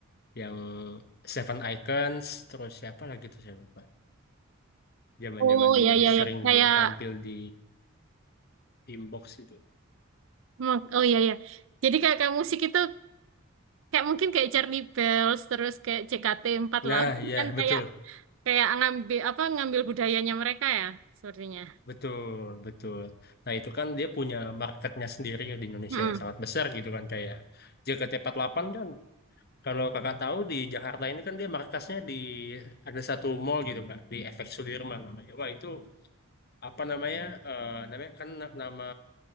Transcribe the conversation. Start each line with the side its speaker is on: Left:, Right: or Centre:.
Left: yang Seven Icons terus siapa lagi tuh saya lupa zaman-zaman
Right: Oh
Left: dulu
Right: ya
Left: dia
Right: ya
Left: sering
Right: ya kayak
Left: dia tampil di inbox itu
Right: hmm, oh ya ya. Jadi kayak kayak musik itu kayak mungkin kayak Charlie Bells terus kayak jkt Empat
Left: nah
Right: lah <laughs>
Left: ya
Right: kan kayak
Left: betul
Right: kayak ngambil apa ngambil budayanya mereka ya sepertinya.
Left: betul betul nah itu kan dia punya marketnya sendiri ya di Indonesia
Right: Mm-mm.
Left: yang sangat besar gitu kan kayak J K T Empat Delapan kan kalau kakak tahu di Jakarta ini kan dia markasnya di ada satu mall gitu kak di FX Sudirman namanya wah itu apa namanya eh namanya kan na- nama